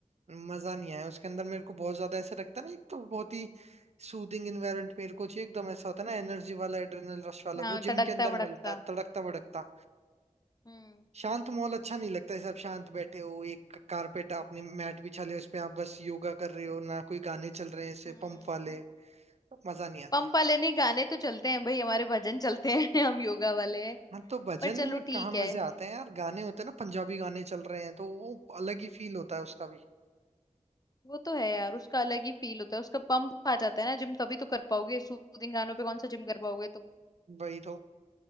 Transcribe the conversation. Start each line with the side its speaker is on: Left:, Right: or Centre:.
Right: मजा नहीं आया उसके अंदर मेरे को बहुत ज्यादा ऐसे लगता है ना एक तो बहुत ही सूदिंग इन्वायरमेंट मेरे को चाहिए एकदम ऐसा होता है ना एनर्जी वाला एड्रेनल रश वाला
Left: हाँ
Right: वो
Left: तड़कता
Right: जिम के अंदर
Left: भड़कता
Right: मिलता है तड़कता भड़कता
Left: हम्म
Right: शांत माहौल अच्छा नहीं लगता ऐसे आप शांत बैठे हो एक कारपेट आपने मैट बिछा लिया उस पे आप बस योगा कर रहे हो ना कोई गाने चल रहे हैं ऐसे
Left: हम्म
Right: पंप वाले मजा नहीं आता
Left: पंप वाले नहीं गाने तो चलते हैं भाई हमारे भजन चलते हैं <laughs> हम योगा वाले हैं
Right: हाँ तो भजन
Left: पर चलो
Right: में
Left: ठीक
Right: कहाँ मजे
Left: है
Right: आते हैं यार गाने होते हैं ना पंजाबी गाने चल रहे हैं तो वो अलग ही फील होता है उसका भी
Left: वो तो है यार उसका अलग ही फील होता है उसका पंप आ जाता है ना जिम तभी तो कर पाओगे सूदिंग गानों पे कौन सा जिम कर पाओगे तुम
Right: वही तो,